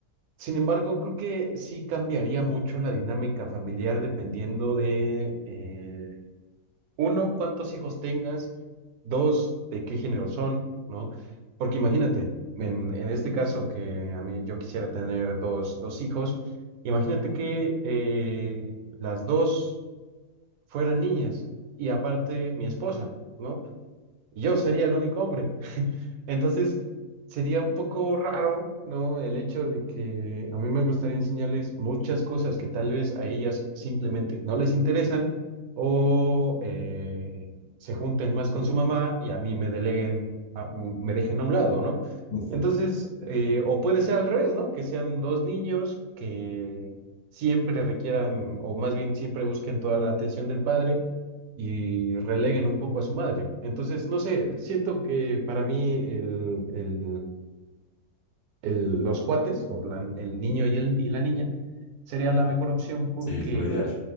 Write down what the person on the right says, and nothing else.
sin embargo, creo que sí cambiaría mucho la dinámica familiar dependiendo de, eh, Uno, cuántos hijos tengas. Dos, de qué género son, ¿no? Porque imagínate, en, en este caso que a mí yo quisiera tener dos, dos hijos, imagínate que eh, las dos fueran niñas y aparte mi esposa, ¿no? y yo sería el único hombre. <laughs> Entonces, sería un poco raro, ¿no? El hecho de que a mí me gustaría enseñarles muchas cosas que tal vez a ellas simplemente no les interesan o eh, se junten más con su mamá y a mí me deleguen, a- me dejen a un lado, ¿no?
Entonces, eh, o puede ser al revés, ¿no? Que sean dos niños que siempre requieran, o más bien siempre busquen toda la atención del padre y releguen un poco a su madre. Entonces, no sé, siento que para mí el, el- el- los cuates, o la- el niño y, el, y la niña, serían la mejor opción porque,